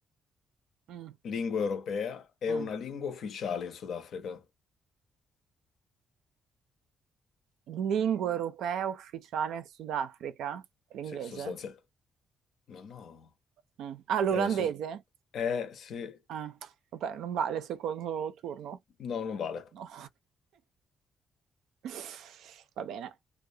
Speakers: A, on the right; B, on the left.
A: Mm,
B: lingua europea è
A: mm.
B: una lingua ufficiale in Sudafrica?
A: Lingua europea ufficiale in Sudafrica? L'inglese?
B: Sì, sostanzialmente. Ma no,
A: Mm. Ah, l'olandese?
B: era so- Eh, sì.
A: Ah, vabbè, non vale il secondo turno.
B: No, non vale.
A: No. <laughs> Va bene.